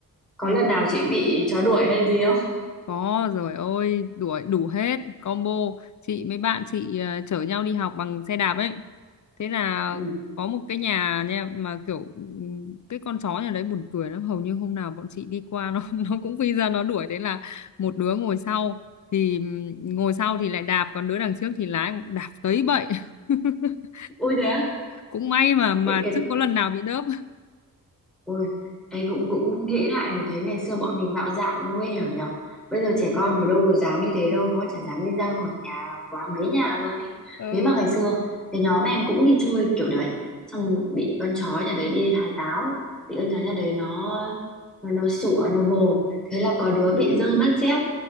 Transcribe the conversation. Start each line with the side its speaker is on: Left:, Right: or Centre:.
Centre: có
Left: ừ.
Centre: lần nào chị bị chó đuổi hay gì không
Left: Có rồi ôi đủ đủ hết combo chị mấy bạn chị ờ, chở nhau đi học bằng xe đạp ấy thế là
Centre: ừ
Left: có một cái nhà nha mà kiểu ừm, cái con chó nhà đấy buồn cười lắm hầu như hôm nào bọn chị đi qua nó <laughs> nó cũng phi ra nó đuổi thế là một đứa ngồi sau thì ừm, ngồi sau thì lại đạp còn đứa đằng trước thì lái đạp tới bậy <laughs>
Centre: Ôi đấy á?
Left: cũng may mà mà
Centre: Để cái
Left: chưa có lần nào bị đớp
Centre: ôi ấy cũng cũng nghĩ lại mới thấy ngày xưa bọn mình bạo dạn nguy hiểm nhở bây
Left: <laughs>
Centre: giờ trẻ con nó đâu có dám như thế đâu nó chả dám đi ra khỏi nhà quá mấy nhà luôn ấy
Left: ừ.
Centre: thế mà ngày xưa cái nhóm em cũng đi chơi kiểu đấy xong bị con chó nhà đấy đi hái táo bị con chó nhà đấy nó nó nó sủa nó vồ thế là có đứa bị rơi mất dép